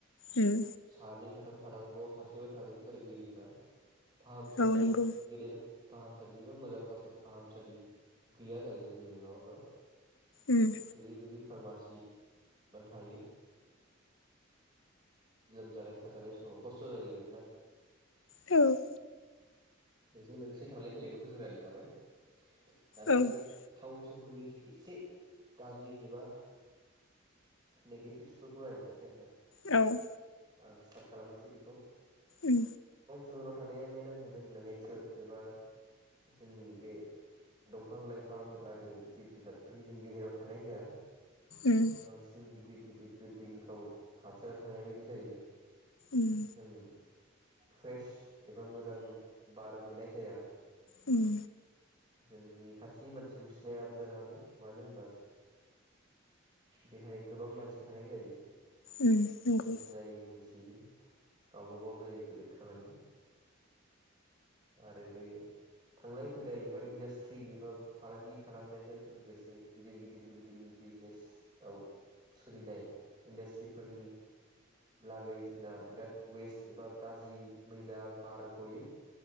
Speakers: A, on the left; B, on the right.
A: उम
B: सानै, साथाम थानांगौआव सासेल' थागोन फोरोंगिरिफ्रा । फाहामसालि
A: औ नंगौ
B: गेदेर फाहामसालि <unintelligible> मोजां फासा- फाहामसालि गैया जायो जोंनि माबाफ्राव
A: उम
B: गिदिद गिदिद फारमासि <unintelligible> थायो लोमजानाय साजानाय समाव खस्थ जायो आरोना ।
A: औ
B: बेजों लोगोसे थांलाय फैलायखौ थ'जों रायलायखाबाय । दाना
A: औ
B: जों टाउन स हरनि इसे गाज्रि एबा नेगेटिबसफोरखौ रायज्लायनोसै आरो ना ।
A: औ
B: आं स्टार्ट खालामनोसै बेखौ ।
A: उम
B: सहराव थानाया मेेनआ जाहैबाय जोंना नेचार एबा जोंनि बे दंफां लाइफां आरो जिब जुनारफोरनि जों गेजेराव थानाय जाया
A: उम
B: बांसिन गिदिर-गिद दिद बिल्डिंफ्राव हाबसनानै थानाय बायदि जायो
A: उम
B: जों फ्रेस एबा मोजां बार मोननाय जाया
A: उम।
B: जों जोंनि खाथिनि मानसिखौ सिनायाबो जानो हागौ मानो होनबा बेहाय गोबां मानसि थानाय जायो ।
A: उम नंगौ
B: जों सिनायै मोनथि गावबा गाव बेलेग बेलेग खामानि आरो बे थांलाय फैलाय एबा इन्डास्ट्रि एबा फालांगि खालामनायजों लोगोसे गिदिर गिदिर बिल्डिं बिजनेसआव सोलिनाय इन्डास्ट्रिफोरनि लागै जोंना बिराद वेस्ट एबा गाज्रि मैला बार गयो ।